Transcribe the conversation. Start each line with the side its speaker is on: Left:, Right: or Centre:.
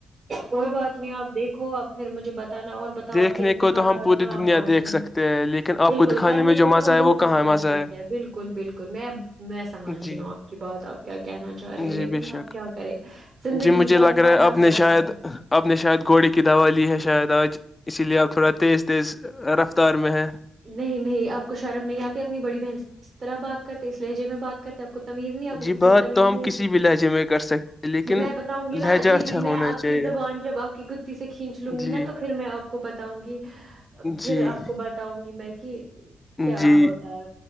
Right: کوئی بات نہیں آپ دیکھو آب پھر مجھے بتانا اور بتاؤ
Left: دیکھنے
Right: آپ کے اتحانات
Left: کو تو ہم پوری
Right: کہاں
Left: دنیا
Right: پہنچے
Left: دیکھ سکتے ہیں لیکن آپ
Right: بالکل
Left: کو دکھانے
Right: کرنے
Left: میں جو
Right: کو تو
Left: مزہ
Right: ہم
Left: ہے
Right: بہت
Left: وہ کہاں
Right: کچھ کر
Left: مزہ
Right: سکتے
Left: ہے
Right: ہیں بالکل بالکل میں میں سمجھ رہی
Left: جی
Right: ہوں آپ کی بات آپ کیا کہنا چاہ رہے لیکن
Left: جی بے شک
Right: آپ کیا کرے زندگی
Left: جی مجھے
Right: ہے
Left: لگ رہا
Right: کرنا
Left: آپ نے
Right: پڑتا
Left: شاید
Right: ہے
Left: آپ نے شاید گھوڑے کی دوا لی ہے شاید آج اسی لیے آپ تھوڑا تیز تیز رفتار میں ہے
Right: نہیں نہیں آپ کو شرم نہیں آتی اپنی بڑی بہن سے اس طرح بات کرتے اس لہجے میں بات کرتے ہیں آپ کو تمیز نہیں آپ کو
Left: جی
Right: کسی
Left: بات
Right: نے تمیز
Left: تو ہم
Right: نہیں
Left: کسی
Right: سکھائی
Left: بھی لہجے میں کر سکتے ہیں لیکن
Right: میں بتاؤں گی نا
Left: لہجہ
Right: جی
Left: اچھا
Right: جی میں
Left: ہونا
Right: آپ
Left: چاہیے
Right: کی زبان جب آپ کی گتی سے کھینچ لوں
Left: جی
Right: گی نا تو پھر میں آپ کو بتاؤں گی پھر
Left: جی
Right: آپ کو بتاؤں گی میں کہ کیا
Left: جی
Right: ہوتا ہے